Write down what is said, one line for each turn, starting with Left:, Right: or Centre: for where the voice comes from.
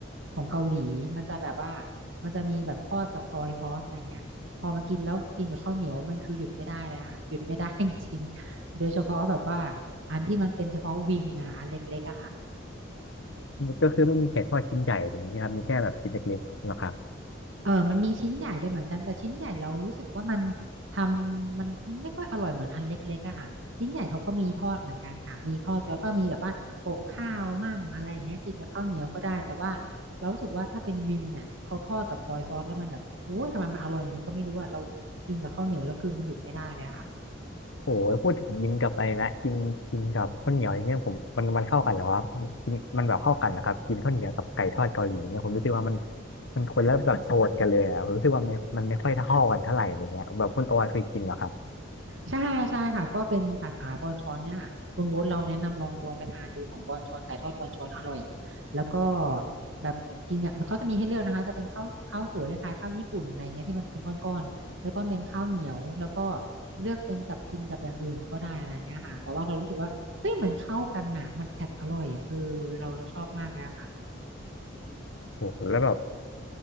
Right: ของเกาหลีมันจะแบบว่ามันจะมีแบบทอดกับซอยซอสอะไรเงี้ยพอมากินแล้วกินกับข้าวเหนียวมันคือหยุดไม่ได้เลยค่ะหยุดไม่ได้จริง โดยเฉพาะแบบว่าอันที่มันเป็นเฉพาะวิงอะค่ะอันเล็กๆอะค่ะ
Left: ก็คือไม่มีไก่ทอดชิ้นใหญ่อย่างเงี้ยครับมีแค่แบบชิ้นเล็กๆหรอกครับ
Right: เออมันมีชิ้นใหญ่ด้วยเหมือนกันแต่ชิ้นใหญ่เรารู้สึกว่ามันทำมันมันไม่ค่อยอร่อยเหมือนอันเล็กๆอะค่ะชิ้นใหญ่เขาก็มีทอดเหมือนกันค่ะมีทอดแล้วก็มีแบบว่าโปะข้าวมั่งอะไรอย่างเงี้ยกินกับข้าวเหนียวก็ได้แต่ว่าเรารู้สึกว่าถ้าเป็นวิงเนี่ยเขาทอดกับซอยซอสแล้วมันแบบโอ้ยทำไมมันอร่อยอย่างงี้ก็ไม่รู้อะเรากินกับข้าวเหนียวแล้วคือมันหยุดไม่ได้เลยอะค่ะ
Left: โอ้ยพูดถึงกินกับอะไรนะกินกินกับข้าวเหนียวอย่างเงี้ยผมมันมันเข้ากันเหรอวะกินมันแบบเข้ากันเหรอครับกินข้าวเหนียวกับไก่ทอดเกาหลีอย่างเงี้ยผมรู้สึกว่ามันมันคนละแบบโทนกันเลยอ่ะผมรู้สึกว่ามันมันไม่ค่อยเท่ากันเท่าไหร่อะไรเงี้ยแบบคุณโออยเคยกินเหรอครับ
Right: ใช่ใช่ค่ะก็เป็นสาขาบอนชอนเนี่ยค่ะคุณโบ๊ทเราแนะนำลองลองไปทานดูของบอนชอนไก่ทอดบอนชอนอร่อยแล้วก็แบบกินอ่ะมันเขาจะมีให้เลือกนะคะจะเป็นข้าวข้าวสวยคล้ายๆข้าวญี่ปุ่นอะไรเงี้ยที่มันเป็นก้อนๆแล้วก็เป็นข้าวเหนียวแล้วก็เลือกเป็นกับกินกับอย่างอื่นก็ได้อะไรเงี้ยค่ะแต่ว่าเรารู้สึกว่าเฮ้ยมันเข้ากันอ่ะมันแอบอร่อยอ่ะเออเราเราชอบมากเลยอะค่ะ
Left: โอ้โหแล้วแบบ